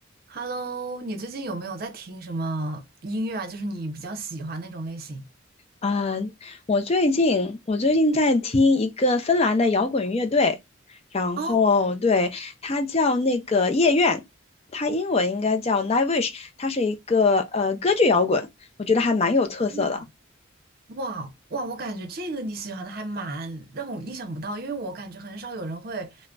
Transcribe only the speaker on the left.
啊、我最近我最近在听一个芬兰的摇滚乐队，然后对，
它叫那个夜愿，它英文应该叫 Nightwish，它是一个呃歌剧摇滚，我觉得还蛮有特色的。